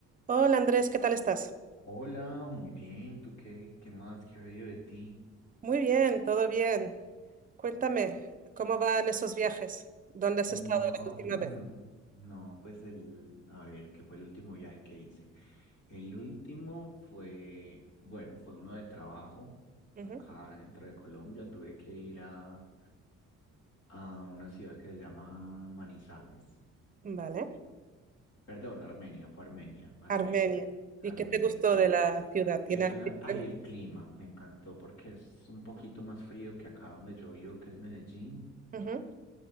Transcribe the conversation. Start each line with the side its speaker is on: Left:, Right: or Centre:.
Right: Hola Andrés, ¿qué tal estás?
Left: Hola, muy bien, ¿tú qué, qué más? ¿Qué ha habido de ti?
Right: Muy bien, todo bien. Cuéntame, ¿cómo van esos viajes? ¿Dónde has
Left: No,
Right: estado la última
Left: <clears throat>
Right: vez?
Left: no, pues el, a ver, ¿qué fue el último viaje que hice? El último fue, bueno, fue uno de trabajo
Right: Ujú.
Left: acá dentro de Colombia. Tuve que ir a, a una ciudad que se llama Manizales.
Right: Vale.
Left: Perdón, Armenia, fue Armenia, Armenia,
Right: Armenia.
Left: Armenia,
Right: ¿Y qué te gustó
Left: sí.
Right: de la ciudad? ¿Tiene
Left: Es
Right: algo
Left: una,
Right: diferente?
Left: ay, el clima, me encantó porque es un poquito más frío que acá donde yo vivo, que es Medellín.
Right: Ujú.